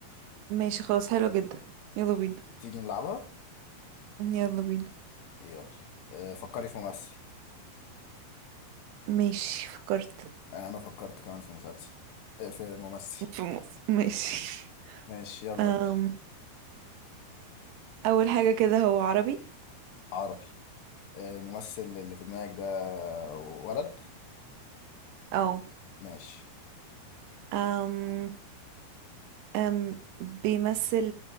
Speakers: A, on the right; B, on the left.
A: ماشي خلاص حلوة جدا يلا بينا
B: تيجي نلعبها
A: يلا بينا
B: يلا آه، فكري في ممثل
A: ماشي فكرت
B: آه، انا فكرت كمان في مسلسل آه، في ممثل
A: في م... <laughs> ماشي
B: ماشي يلا
A: أم...
B: ابدأ.
A: أول حاجة كده هو عربي
B: عربي آه، الممثل اللي في دماغك ده ولد
A: أو
B: ماشي
A: أم... أم... بيمثل